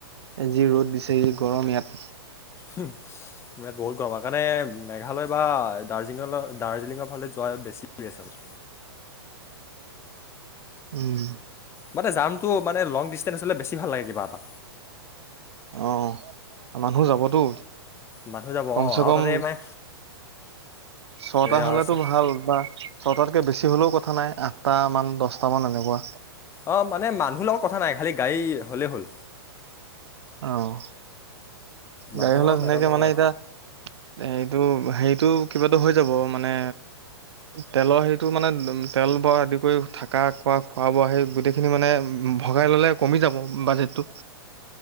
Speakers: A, on the right; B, on the left.
A: যি ৰ'দ বিছোৰ গৰম ইয়াত।
B: হুম। ইয়াত বহুত গৰমৰ কাৰণে মেঘালয় বা দাৰ্জিলিঙ দাৰ্জিলিঙৰ ফালে যোৱা বেছি আছে আৰু।
A: উম।
B: মাতে জামটো মানে লং ডিচটেঞ্চ হ'লে বেছি ভাল লাগে কিবা এটা।
A: অহ মানুহ যাবতো,
B: মানুহ যাব
A: কম
B: অঁ
A: চে
B: আৰু
A: কম
B: তাতে মানে
A: ছটা
B: এয়া
A: হলেতো
B: চা-
A: ভাল বা ছটাতকে বেছি হলেও কথা নাই আঠটা মান দছটা মান এনেকুৱা।
B: অ মানে মানুহৰ লগত কথা নাই, খালি গাড়ী হ'লেই হ'ল।
A: অহ,
B: মানুহৰ
A: গাড়ী ওলাই
B: লগত
A: ধুনীয়াকে
B: মেটাৰ নকৰে
A: মানে এতিয়া এইটো হেৰিটো কিবাতো হৈ যাব মানে তেলৰ হেৰিটো মানে তেল বৰ আদি কৰি থাকা খোৱা খোৱা বোৱা সেই গোটেই সেইখিনি মানে উম ভগাই ললে কমি যাব বাজেটটো।